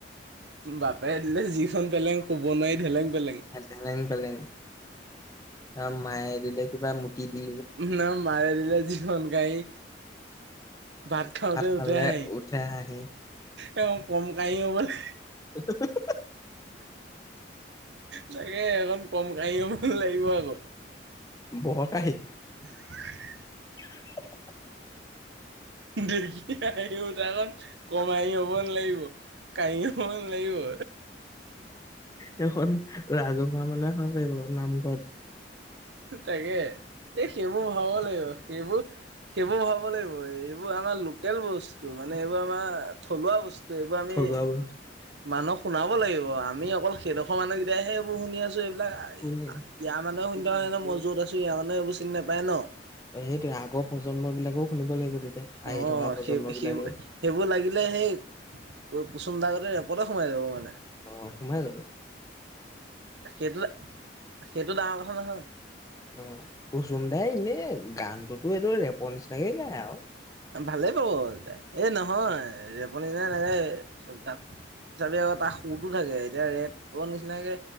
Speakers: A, on the right (about 65°); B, on the left (about 20°).
A: বাপেৰে দিলে জি খন পেলেং শুব নোৱাৰি ঢেলেং পেলেং
B: ঢেলেং পেলেং আ মায়ে দিলে কিবা মুটি দি
A: নহয় মাৰে দিলে যিখন কাহি ভাত খাওঁতে
B: খালে
A: উঠে হাঁহি।
B: উঠে হাঁহি
A: এইখন কম কাঁহি হ'বনে?
B: ত <unintelligible>
A: তাকে এইখন কম কহি হ'ব নালাগিব আক
B: বৰ কাঁহি।
A: <unintelligible>
B: <unintelligible>
A: দেখি হাঁহি উঠা খন কম কাঁহি হব নেলাগিব কাঁহি হ'ব‌ নেলাগিব?
B: সেখন ৰাজহুৱা মানুহে খাব পাৰিব, নাম
A: তাকে এই সেইবোৰ ভৰাব লাগিব সেইবোৰ সেইবোৰ ভৰাব লাগিব। এ এইবোৰ আমাৰ লোকেল বস্ত তো মানে এইবোৰ আমাৰ থলুৱা বস্তু এইবোৰ আমি
B: থলুৱা বস্তু
A: মানুহক শুনাব লাগিব। আমি অকল সেইডখৰ মানুহকেইটাই হে এইবোৰ শুনি আছো এইবিলাক
B: যেন
A: ইয়াৰ মানুহ শুনি থকা নাই ন মই য'ত আছো ইয়াৰ মানে একবোৰ চিনি নাপায় ন
B: ত' সেইটোয়ে আগৰ প্ৰজন্ম বিলাকো শুনিব লাগিব তেতিয়া। আহি
A: অঁ
B: থকা প্ৰজন্ম
A: সেই
B: বিলাকেও
A: সেই সেইবোৰ লাগিলে সেই কুচুম দা গতে ৰেপতে সোমাই যাব মানে
B: অ' সোমাই যাব।
A: সেইটো সেইটো ডাঙৰ কথা নহয়।
B: অঁ কুচুম দাই এনে গানটোতো এইটো ৰেপৰ নিচিনাকে গায় আও
A: ভালেই বাও এই নহয়, ৰেপ নিচিনাকে নাগাই চব গান। চাবি আকৌ তাক সুৰটো থাকে এতিয়া ৰেপ' নিচিনাকে